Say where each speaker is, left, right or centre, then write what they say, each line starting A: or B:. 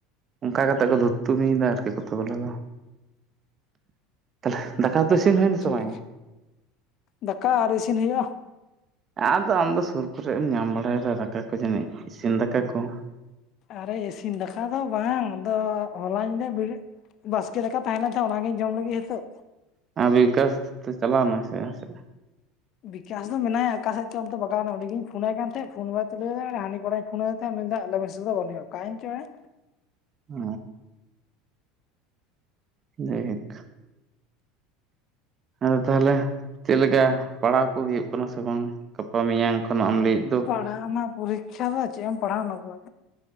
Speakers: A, on the right; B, on the left.
A: ᱚᱱᱠᱟ ᱠᱟᱛᱮᱜ ᱠᱚ ᱫᱷᱩᱢᱤᱭᱮᱫᱟ ᱟᱨᱠᱤ ᱠᱚᱛ ᱜᱩᱞᱟᱮ ᱫᱚ ᱫᱟᱠᱟ ᱩᱛᱩᱛᱴ ᱤᱥᱤᱱ ᱦᱩᱭᱱᱟ
B: ᱴᱷᱤᱠ
A: ᱵᱟᱝ ᱭᱟ
B: ᱫᱟᱠᱟ ᱟᱨ ᱤᱥᱤᱱ ᱦᱩᱭᱩᱜᱼᱟ
A: ᱟᱫᱚ ᱟᱢ ᱫᱚ ᱥᱩᱨ ᱠᱚᱨᱮ ᱮᱢ ᱧᱟᱢ ᱵᱟᱲᱟᱭᱮᱫᱟ ᱫᱟᱠᱟ ᱠᱚ ᱡᱟᱹᱱᱤᱡ ᱤᱥᱤᱱ ᱫᱟᱠᱟ ᱠᱚ
B: ᱟᱨᱮ ᱤᱥᱤᱱ ᱫᱟᱠᱟ ᱫᱚ ᱵᱟᱝ ᱟᱫᱚ ᱦᱚᱞᱟᱧᱤᱫᱟᱹᱵᱮᱨᱮᱜ ᱵᱟᱥᱠᱮ ᱫᱟᱠᱟ ᱛᱟᱦᱮᱸ ᱞᱮᱱ ᱛᱟᱦᱮᱸ ᱚᱱᱟᱜᱤᱧ ᱡᱚᱢ ᱞᱟᱹᱜᱤᱫ ᱱᱤᱛᱚᱜ
A: <unintelligible> ᱪᱟᱞᱟᱣ ᱢᱮ ᱥᱮ ᱥᱮ
B: ᱵᱤᱠᱟᱥ ᱫᱚ ᱢᱮᱱᱟᱭᱟ ᱚ ᱟᱠᱟᱠᱟᱥᱮᱫ ᱪᱚᱢ ᱫᱚ ᱵᱟᱜᱟᱣᱮᱱᱟ ᱩᱱᱜᱤᱧ ᱯᱷᱳᱱᱟᱭ ᱠᱟᱱ ᱛᱟᱦᱮᱸᱟᱦᱮᱫ ᱯᱷᱳᱱ ᱵᱟᱭ ᱛᱩᱞᱟᱹᱣᱫᱟ ᱮᱸᱲᱮ ᱦᱟᱹᱱᱤ ᱠᱚᱲᱟᱧ ᱯᱷᱳᱱ ᱟᱫᱮ ᱛᱟᱦᱮᱸᱱᱟ ᱟ <unintelligible> ᱢᱮᱥ ᱨᱮᱫᱚ ᱵᱟᱹᱱᱩᱭ ᱭᱟ ᱟᱠᱟᱭᱮᱱ ᱪᱚ ᱮᱸᱲᱮ
A: ᱚ ᱱᱮᱠ ᱟᱫᱚ ᱛᱟᱦᱚᱞᱮ ᱪᱮᱫᱞᱮᱠᱟ ᱯᱟᱲᱦᱟᱣ ᱠᱚ ᱦᱩᱭᱩᱜ ᱠᱟᱱᱟ ᱥᱮ ᱵᱟᱝ ᱜᱟᱯᱟ ᱢᱮᱭᱟᱝ ᱠᱷᱚᱱ ᱮᱢᱟᱜ ᱮᱢ ᱞᱟᱹᱭᱮᱫ ᱫᱚ
B: ᱯᱟᱲᱦᱟᱣ ᱢᱟ ᱯᱚᱨᱤᱠᱠᱷᱟ ᱫᱚ ᱪᱮᱫ ᱮᱢ ᱯᱟᱲᱦᱟᱣ ᱱᱟ ᱠᱚᱣᱟ